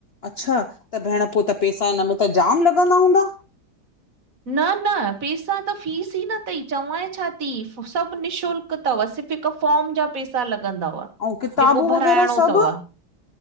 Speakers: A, on the left; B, on the right.
A: अच्छा त भेण पोइ त पैसा हिन में त जाम लॻंदा हूंदा?
B: न न पैसा त फीस ई न अथई चवां छा थी सभ निशुल्क अथव सिर्फ़ हिक फॉर्म जा पेसा लग्न्दव
A: ऐं किताबूं
B: जेको भराइणो
A: वग़ैरह सभु
B: अथव।